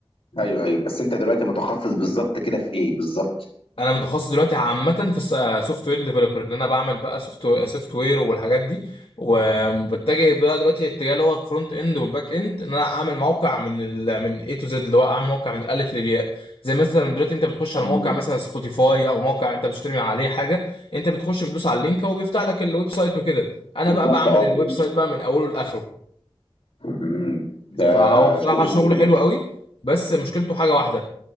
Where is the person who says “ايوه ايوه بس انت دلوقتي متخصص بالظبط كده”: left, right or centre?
Left